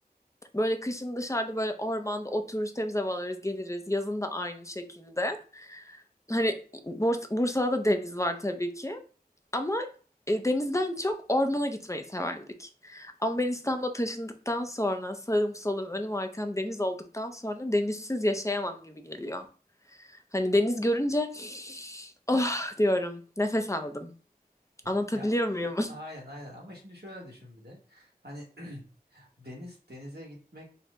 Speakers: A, on the left; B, on the right.
A: Böyle kışın dışarıda böyle ormanda otururuz, temiz hava alırız, geliriz. Yazın da aynı şekilde. Hani Burs- Bursa'da da deniz var tabii ki. Ama e, denizden çok ormana gitmeyi severdik. Ama ben İstanbul'a taşındıktan sonra sağım solum önüm arkam deniz olduktan sonra denizsiz yaşayamam gibi geliyor. Hani deniz görünce oh diyorum nefes aldım. Anlatabiliyor
B: Ya
A: muyum?
B: aynen aynen ama şimdi şöyle düşün bir de. Hani <clears throat> deniz denize gitmek